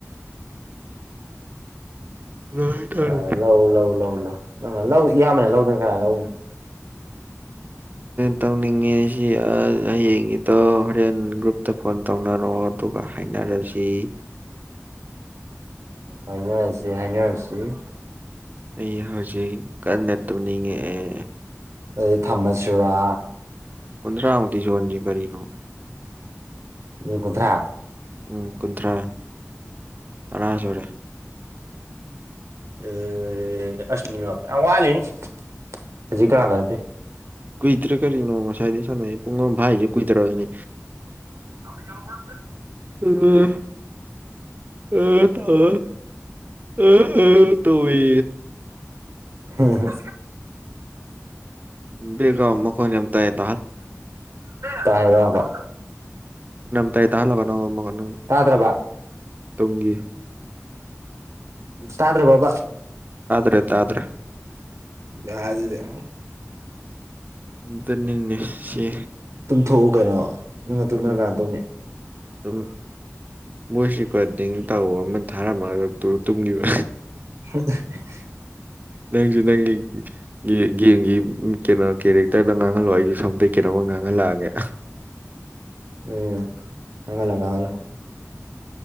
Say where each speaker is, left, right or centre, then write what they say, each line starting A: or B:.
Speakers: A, on the right (about 35°); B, on the right (about 70°).
A: ꯂꯣꯏ ꯇꯧꯔꯅꯤ
B: ꯑ ꯂꯧꯎ ꯂꯧꯎ ꯂꯎ ꯂꯪ ꯂꯧ ꯏꯌꯥꯝꯕꯅꯦ ꯂꯧꯗꯅ ꯀꯅꯥ ꯂꯧꯅꯤ
A: ꯇꯧꯅꯤꯡꯉꯤ ꯁꯤ ꯑꯁ ꯍꯌꯦꯡꯒꯤꯇꯣ ꯍꯣꯔꯦꯟ ꯒ꯭ꯔꯨꯞꯇ ꯐꯣꯟ ꯇꯧꯅꯔꯣ ꯑꯗꯨꯒ ꯍꯥꯏꯅꯔꯁꯤ
B: ꯍꯥꯏꯅ ꯍꯥꯏꯁꯤ ꯍꯥꯏꯅ ꯍꯥꯏꯁꯤ
A: ꯑꯩ ꯍꯧꯖꯤꯛ ꯀꯟꯅ ꯇꯨꯝꯅꯤꯡꯉꯛꯑꯦ
B: ꯑꯗꯩ ꯊꯃꯆꯨꯔꯥ
A: ꯀꯨꯟꯗ꯭ꯔꯥ ꯑꯣꯇꯤꯖꯋꯥꯟꯖꯤ ꯀꯔꯤꯅꯣ
B: ꯌꯦ ꯀꯗ꯭ꯔꯥ
A: ꯎꯝ ꯀꯨꯗ꯭ꯔꯥ ꯇꯔꯥꯥꯁꯣꯔꯦ
B: ꯑ ꯑꯁꯅꯤꯄꯔ ꯋꯥꯂꯤꯅꯤ ꯍꯧꯖꯤ
A: ꯎꯝ
B: ꯀꯥ ꯀꯗꯤ
A: ꯀꯨꯏꯗ꯭ꯔꯦ ꯀꯔꯤꯅꯣ ꯉꯁꯥꯏꯗꯤ ꯁ ꯄꯨꯡꯥꯏꯁꯦ ꯀꯨꯏꯗ꯭ꯔꯅꯤ
B: ꯑꯛ ꯍꯠꯇ꯭ꯔꯦ
A: ꯎꯝ ꯑꯦꯇꯣ ꯑ ꯇꯧ ꯏ
B: ꯍꯝ ꯍꯝ
A: ꯕꯤꯜꯒꯥꯎ ꯃꯈꯣꯏꯅꯤ ꯌꯥꯝ ꯇꯅꯣꯏꯅ ꯑꯃ
B: ꯇꯥꯏꯔꯕ
A: ꯇ ꯇꯥꯍꯜꯂꯒ ꯅ ꯑꯃꯒ ꯅꯪ
B: ꯇꯥꯗ꯭ꯔꯕ
A: ꯇꯨꯡꯒꯤ
B: ꯇꯥꯗ꯭ꯔ ꯄꯕ
A: ꯭ꯔꯦ ꯇꯥꯗ꯭ꯔꯦ
B: ꯌꯥ ꯑꯗꯨꯗ
A: ꯑꯗꯨꯅꯤꯅꯦ ꯁꯤ
B: ꯊꯣꯛꯎ ꯀꯩꯅꯣ ꯅꯪꯅ ꯇꯨꯝꯗꯅ
A: ꯇꯨꯝ
B: ꯀꯥꯟꯅ ꯇꯧꯅꯤ
A: ꯇꯨꯝ ꯚꯣꯏꯁ ꯦꯀꯣꯔꯗꯤꯡ ꯇꯧꯕ ꯑꯃ ꯊꯥꯔꯝꯃꯒ ꯇꯨꯝꯒꯤꯕ
B: <unintelligible>
A: ꯅꯪꯁꯨ ꯅꯪꯒꯤ ꯒꯦꯝꯒꯤ ꯀꯩꯅꯣ ꯀꯦꯔꯦꯛꯇꯔꯗ ꯉꯥꯡꯍꯜꯂꯣ ꯑꯩꯁꯨ ꯁꯣꯝꯗꯩ ꯀꯩꯅꯣꯃ ꯉꯥꯡꯍꯜꯂꯣ ꯍꯂꯒꯦ
B: ꯎꯝ ꯀꯒꯂ ꯀꯒꯂ